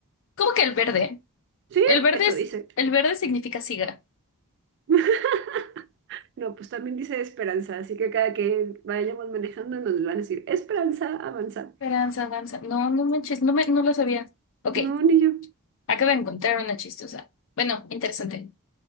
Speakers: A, on the left; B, on the right.
A: ¿Cómo que el verde?
B: Sí,
A: El verde
B: eso
A: es,
B: dice.
A: el verde significa siga.
B: <laughs> No, pues también dice esperanza, así que cada que vayamos manejando nos van a decir esperanza, avanza.
A: Esperanza, danza. No, no manches, no me, no lo sabía. Ok,
B: No, ni yo.
A: acabo de encontrar una chistosa. Bueno, interesante.